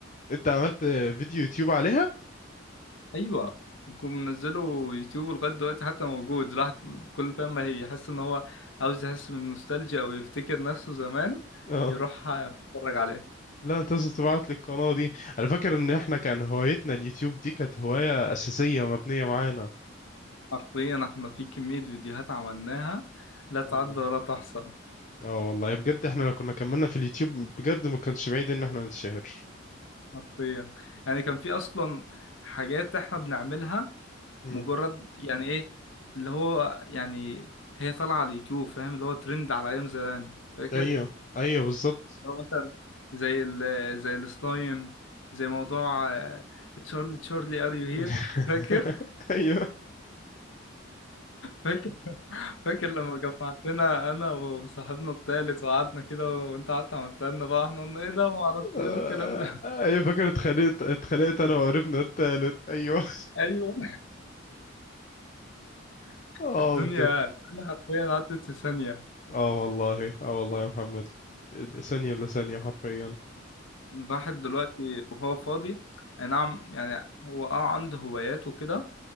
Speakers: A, on the left (about 40°); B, on the left (about 70°).
A: انت عملت فيديو يوتيوب عليها
B: ايوه وكنت منزله يوتيوب لغايه دلوقتي حتى موجود الواحد كل فاهم ما هي يحس ان هو عاوز يحس من النوستالجيا او يفتكر نفسه زمان
A: اه
B: يروح آه، يتفرج عليه
A: لا انت لازم تبعت لي القناة دي انا فاكر ان احنا كان هوايتنا اليوتيوب دي كانت هواية اساسية مبنية معانا
B: حرفيا احنا في كميه فيديوهات عملناها لا تعد
A: مم.
B: ولا تحصى
A: اه والله بجد احنا لو كنا كملنا في اليوتيوب بجد ما كانش بعيد ان احنا نتشهر
B: حرفيا يعني كان في اصلا حاجات احنا بنعملها
A: مم.
B: مجرد يعني ايه اللي هو يعني هي طالعه على اليوتيوب فاهم اللي هو ترند على ايام زمان فاكر
A: ايوه ايوه بالظبط
B: اللي هو مثلا زي ال زي السلايم زي موضوع آه، تشارلي تشارلي ار يو هير
A: <laughs>
B: <laughs> فاكر
A: ايوه
B: فاكر فاكر لما جمعتنا انا وصاحبنا التالت وقعدنا كده وانت قعدت عملتها لنا بقى احنا قلنا ايه ده وما اعرفش
A: آه،
B: ايه والكلام ده
A: ايوه فاكر اتخانقت اتخانقت انا وقريبنا التالت ايوه
B: <laughs> ايوه
A: <laughs> اه
B: الدنيا
A: بجد
B: الدنيا حرفيا عدت في ثانيه
A: اه والله اه والله يا محمد ثانية لثانية حرفيا
B: الواحد دلوقتي وهو فاضي اي نعم يعني هو اه عنده هوايات وكده